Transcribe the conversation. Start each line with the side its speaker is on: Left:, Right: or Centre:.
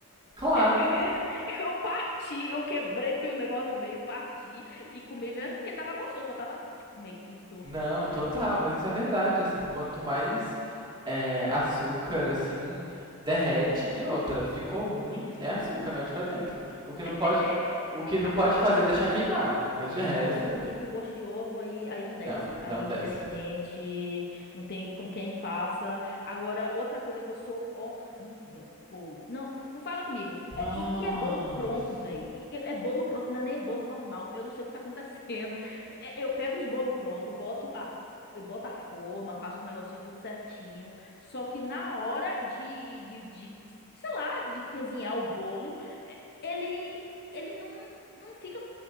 Right: Claro.
Left: <laughs> Eu eu parti, eu quebrei o negócio no meio, parti e comi mesmo porque tava gostoso, só tava tipo meio que doce,
Right: Não,
Left: né?
Right: total,
Left: <laughs>
Right: mas isso é verdade, assim, quanto mais é, açúcar, assim, derrete e outra, ficou ruim, é açúcar, mete pra dentro. O que não
Left: É, é,
Right: pode, o
Left: é.
Right: que não
Left: Agora,
Right: pode fazer
Left: o,
Right: é deixar
Left: pu-
Right: queimar, mas de
Left: É,
Right: resto,
Left: agora o pudim com gosto de ovo aí, aí não desce.
Right: não, não
Left: Aí,
Right: desce.
Left: infelizmente, não tem com quem faça. Agora, outra coisa que eu sou horrível, bolo. Não, não fala comigo.
Right: Nossa,
Left: É, e, e é bolo pronto, velho. É bolo pronto, não é nem bolo normal. Eu não sei o que tá acontecendo. <laughs> É, eu pego os bolos prontos, boto a, eu boto a forma, faço os negocinhos tudo certinho. Só que na hora de, de, de, sei lá, de cozinhar o bolo, é, ele, ele não não fica